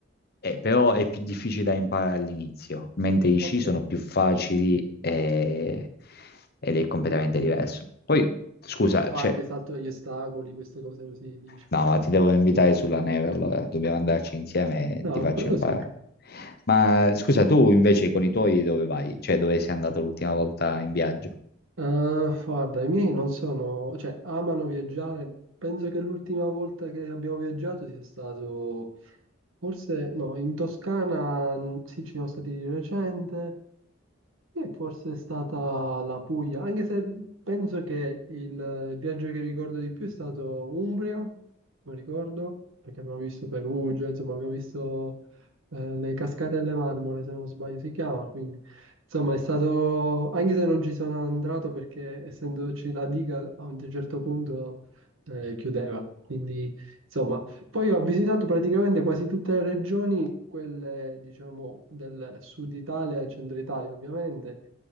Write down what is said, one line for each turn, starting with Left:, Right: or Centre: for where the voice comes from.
Left: eh, però è più difficile da imparare all'inizio, mentre i
Right: ok,
Left: sci sono
Right: Eh,
Left: più facili eh, ed è completamente diverso. Poi, scusa,
Right: fa
Left: cioè,
Right: anche salto degli ostacoli, queste cose così, diciamo.
Left: no, ma ti devo invitare sulla neve, allora dobbiamo andarci insieme e
Right: No,
Left: ti faccio
Right: quello
Left: imparare.
Right: sì.
Left: Ma scusa, tu invece con i tuoi dove vai? Cioè, dove sei andato l'ultima volta in viaggio?
Right: Eh, guarda, i miei non sono, cioè, amano viaggiare. Penso che l'ultima volta che abbiamo viaggiato sia stato, forse, no, in Toscana, mm, sì, ci siamo stati di recente. Sì, forse è stata la Puglia, anche se penso che il viaggio che ricordo di più è stato Umbria, non ricordo, perché abbiamo visto Perugia, insomma abbiamo visto eh, le cascate alle marmore, se non sbaglio si chiama, quindi insomma è stato, anche se non ci sono andato perché essendoci la diga a un certo punto eh, chiudeva, quindi insomma poi ho visitato praticamente quasi tutte le regioni quelle diciamo del sud Italia e centro Italia ovviamente.